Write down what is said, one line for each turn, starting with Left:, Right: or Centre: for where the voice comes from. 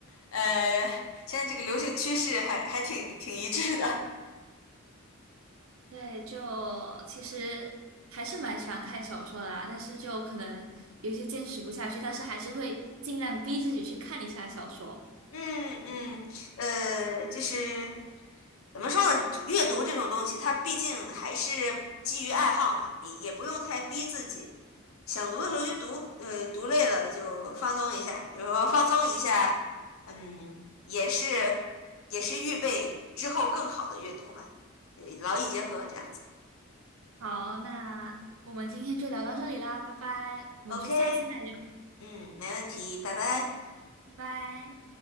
Left: 呃，现在这个流行趋势还还挺挺一致的。<laughs>
Right: 对，就其实还是蛮喜欢看小说的啦，但是就可能有些坚持不下去，但是还是会尽量逼自己去看一下小说。
Left: 嗯嗯，呃，就是怎么说呢？阅读这种东西，它毕竟还是基于爱好嘛，也也不用太逼自己。想读的时候就读，呃，读累了就放松一下。比如说放松一下，嗯，也是也是预备之后更好的阅读嘛，呃劳逸结合这样子。
Right: 好，那我们今天就聊到这里啦，拜拜，我们就下次再聊，
Left: OK，嗯，没问题，拜拜。
Right: 拜拜。